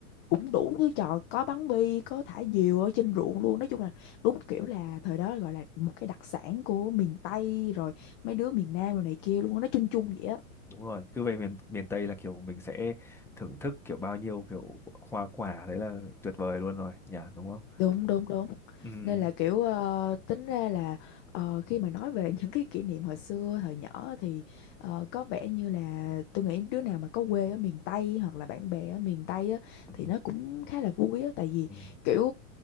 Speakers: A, on the left; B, in the centre.
A: cũng đủ thứ trò có bắn bi có thả diều ở trên ruộng luôn nói chung là đúng kiểu là thời đó gọi là một cái đặc sản của miền Tây rồi mấy đứa miền Nam rồi này kia luôn á, nó chung chung vậy á
B: đúng rồi cứ về miền miền Tây là kiểu mình sẽ thưởng thức kiểu bao nhiêu kiểu hoa quả đấy là tuyệt vời luôn rồi nhỉ đúng không
A: đúng đúng đúng
B: ừ.
A: Nên là kiểu ờ, tính ra là ờ, khi mà nói về <laughs> những cái kỷ niệm hồi xưa thời nhỏ thì ờ, có vẻ như là tôi nghĩ đứa nào mà có quê ở miền Tây hoặc là bạn bè ở miền Tây á
B: Ừ.
A: thì nó cũng khá là vui á tại vì
B: Ừ.
A: kiểu